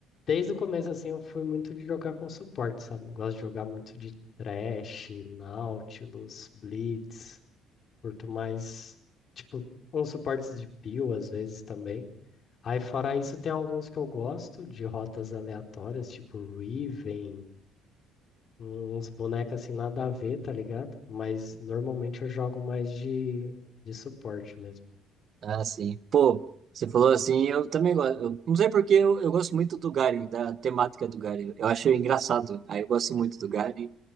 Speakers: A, on the left; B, on the right.
A: desde o começo, assim, eu fui muito de jogar com suporte, sabe? Gosto de jogar muito de Thresh, Nautilus, Blitz. Curto mais, tipo, uns suportes de peel às vezes também. Aí, fora isso, tem alguns que eu gosto de rotas aleatórias, tipo Riven, uns bonecos assim nada a ver, tá ligado? Mas normalmente eu jogo mais de, de suporte mesmo.
B: Ah, sim. Pô, você falou assim, eu também gosto. Eu não sei porque eu, eu gosto muito do Garen, da temática do Garen. Eu acho engraçado. Aí eu gosto muito do Garen.